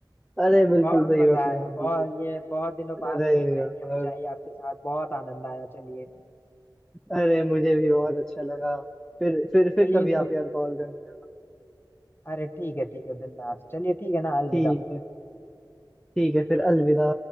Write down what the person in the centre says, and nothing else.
अरे बिल्कुल
सही
बात है
जी
अरे
यार
अरे मुझे भी बहुत अच्छा लगा फिर फिर फिर
कभी
आप यार कॉल करना
ठीक है ठीक है फिर अलविदा